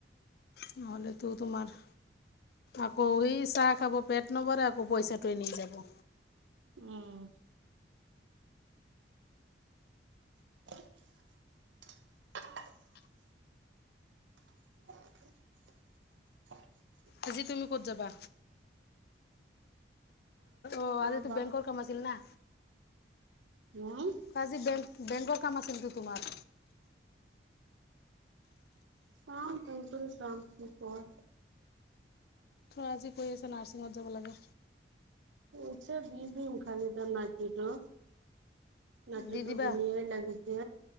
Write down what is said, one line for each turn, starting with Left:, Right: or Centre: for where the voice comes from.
Left: নহলেতো তোমাৰ আকৌ হেই চাহ খাব পেট নবৰে আকৌ পইচাটো এনেই যাব।
Right: উম, <unintelligible> <unintelligible>
Left: আজি তুমি ক'ত যাবা? অ
Right: মই
Left: আজি তো বেংকৰ কাম আছিল না
Right: নহয়।
Left: আজি বেংক বেংকৰ কাম আছিল নেকি তোমাৰ?
Right: চাম কংকুল চাম কি কয়।
Left: আজি কৈ আছে নাৰ্ছিঙত যাব লাগে।
Right: উচ দি দিম খালি এতিয়া মাটিতো। নাতিটো
Left: দি দিবা
Right: ধুনীয়াই লাগিছে,